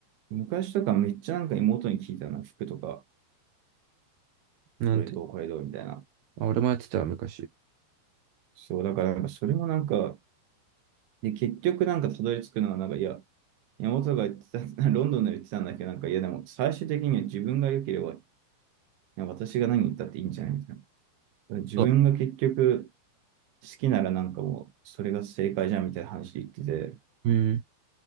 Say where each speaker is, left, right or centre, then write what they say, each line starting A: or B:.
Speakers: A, on the right (about 80°); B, on the right (about 60°).
A: 昔とかめっちゃなんか妹に聞いたな、服とか、
B: なんて。
A: これどう、これどうみたいな。
B: あ、俺もやってた昔。
A: そう、だからなんかそれもなんか、で、結局なんかたどり着くのはなんか、いや、妹が言ってた、<laughs> ロンドンで言ってたんだけど、なんか、いやでも最終的には自分が良ければ、いや私が何言ったっていいんじゃないみたいな。だから自分が結局
B: そう
A: 好きならなんかもう、それが正解じゃんみたいな話で言ってて、
B: うん。